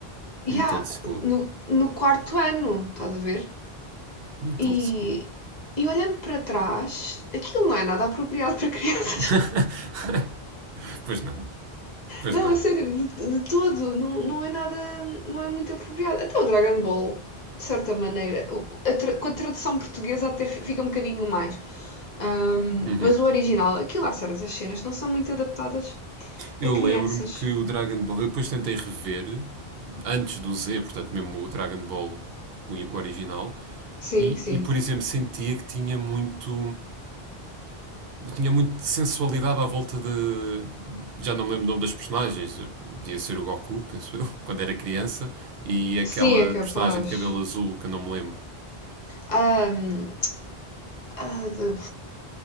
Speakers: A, on the left; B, on the right.
A: Yeah,
B: Muito old school.
A: no, no quarto ano, estás a ver?
B: Muito
A: E,
B: old school.
A: e olhando para trás, aquilo não é nada apropriado para crianças.
B: <laughs> Pois não. Pois
A: Não,
B: não.
A: a sério, de, de todo, não, não é nada, não é muito apropriado. Até o Dragon Ball, de certa maneira, a tra- com a tradução portuguesa até fica um bocadinho mais. Ahm,
B: Uhum.
A: mas o original, aquilo há certas cenas que não são muito adaptadas
B: Eu
A: a crianças.
B: lembro-me que o Dragon Ball. Eu depois tentei rever, antes do Z, portanto, mesmo o Dragon Ball o original.
A: Sim,
B: E,
A: sim.
B: e, por exemplo, sentia que tinha muito. tinha muito sensualidade à volta de. Já não me lembro o nome das personagens. Podia ser o Goku, penso eu, <laughs> quando era criança. E aquela
A: Sim, é capaz.
B: personagem de cabelo azul que eu não me lembro.
A: Ahm, ah, de-